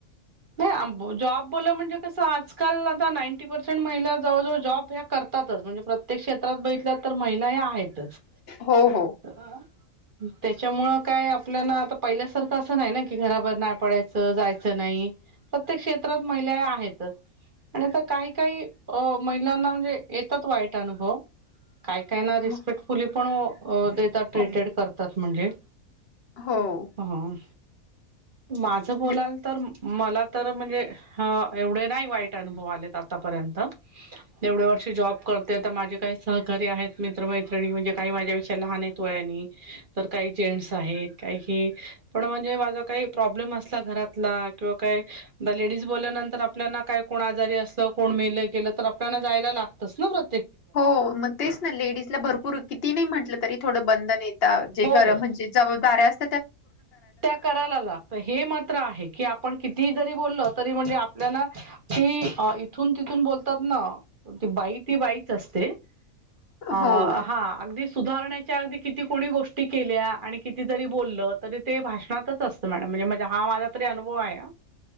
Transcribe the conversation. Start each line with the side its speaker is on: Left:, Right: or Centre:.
Right: हों आं बु जॉब बोलं म्हणजे कस आजकाल आता नाईंटी पर्सेंट महिला जवळ जवळ जॉब ह्या कर तातच म्हणजे प्रत्येक क्षेत्रात बितल्यातर महिलां हे आहेतच.
Left: हो हो
Right: आं-हुं त्याच्यामुळं काय आपल्याला आता पहिल्यासारखं असं नाही ना! की घराबाहेर नाही, पडायचं जायचं नाही. प्रत्येक क्षेत्रात महिलां आहेतच. पण आता, काही काही अं महिलांना म्हणजे येतात वाईट अनुभव- काही -काही ना रिस्पेक्टफुली
Left: हो
Right: पण अं देतात ट्रीटेड
Left: हो
Right: करतात म्हणजे-
Left: हो.
Right: हां- माझं
Left: म्हणजे
Right: बोलाल तर म- मला तर म्हणजे हां एवढे नाही वाईट अनुभव आलेत आतापर्यंत. एवढे व- ष जॉब करतेय तर माझे काही सहकारी आहेत मित्र मैत्रिणी म्हणजे काही माझ्या विषयी लहान आहे वयानी- तर काही जेंट्स आहेत काही हे पण, म्हणजे माझा काही प्रॉब्लेम असला घरातला- किंवा काय आता लेडीज बोलल्यानंतर आपल्यानां काय कोण आजारी असतं कोण मेल गेलं तर आपल्याला जायला लाग- लागतच ना प्र-
Left: हों मग तेच नां लेडीजला भरपूर किती नाही म्हटलं तरी थोडं बंधन ये- ता जे
Right: हो
Left: घरामध्ये
Right: हो
Left: म्हणजे जबाबदऱ्या अस-
Right: त्या करायला लागत हे मात्र आहे की आपण कि- ती जरी बोलल तरी म्हणजे आपल्याला ती आं इथून तिथून बोलतात ना की बाई- ती बाईच असते. आं
Left: हो
Right: हां अगदी सुधारण्याच्या अगदी किती कोणी गोष्टी केल्या आणि किती- ती जरी बोललं, तरी ते भाषणांतच असत मॅडम म्हणजे-म्हणजे हा माझा तरी अनुभव आहे.